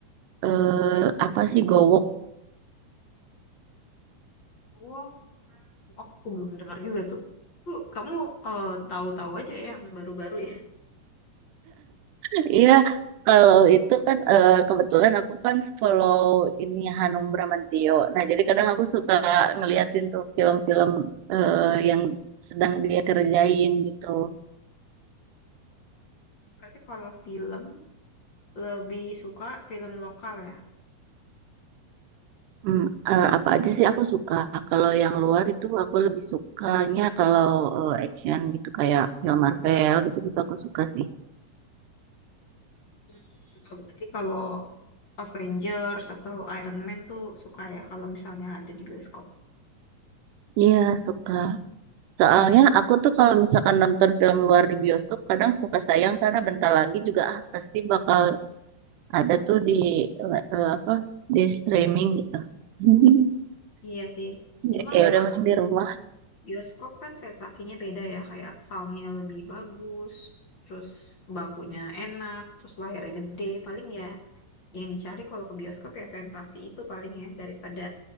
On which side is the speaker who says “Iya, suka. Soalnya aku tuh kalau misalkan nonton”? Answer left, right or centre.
Right